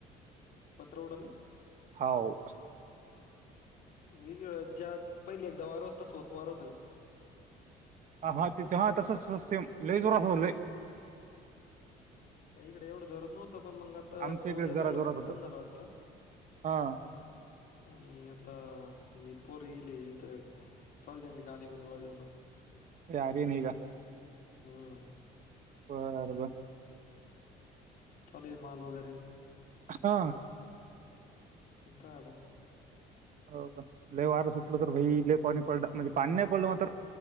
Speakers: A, on the left (about 55°); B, on the right (about 50°).
A: पत्र उडाले?
B: हाव
A: <unintelligible> ज्यात पहिले एकदा वार होतं, तसं होतं वार होत काय?
B: हाहा, तिथं तसंच, तसंच सेम लय जोरात होतं लय.
A: आता इकडे एवढं जोरात नव्हतं, पण मग आता
B: आमच्या
A: पाऊस
B: इकडे
A: यायला
B: जरा
A: लागला
B: जोरात
A: आता
B: होतं
A: बंद झाला वाटतं.
B: हा
A: आणि आता हे पोर येले इथं. चालूच यांची गाणी गुणी वाजवन.
B: रायरी नीघा.
A: हम्म...
B: बरं बरं
A: चालू आहे माल वगैरे
B: हा.
A: <unintelligible>
B: हो लय वारा सुटलं तर भाई लले पाणी पडलं म्हणजे पाणी नाही पडलं मग